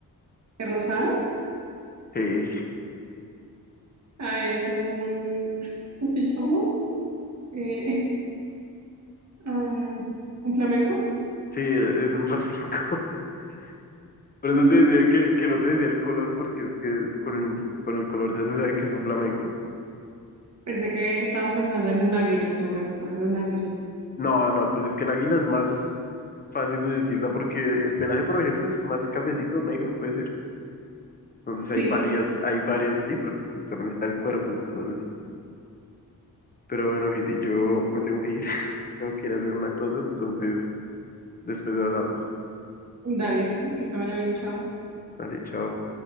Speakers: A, on the right; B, on the left.
A: rosado?
B: Sí,
A: Ah, es un, <laughs> ay, ¿cómo se llama? Eh, <laughs> um, ¿un flamenco?
B: sí, es un flamenco. <laughs> Por eso
A: Mm,
B: te decía que, que no te decía el color, porque es que con el, con el color ya se sabe que es un flamenco.
A: Pensé que estabas pensando en un águila. Yo, bueno, puede ser un águila.
B: No, no, pues es que el águila es más fácil de decirla porque el pelaje, por ejemplo, es más cafecito negro, puede ser. Entonces
A: Sí,
B: hay varias, hay varias así, porque pues también está el cuervo y cosas así. Pero bueno, Heidi, yo me tengo que ir, <laughs> tengo que ir a hacer una cosa, entonces después hablamos.
A: dale, que te vaya bien, chao.
B: Dale, chao.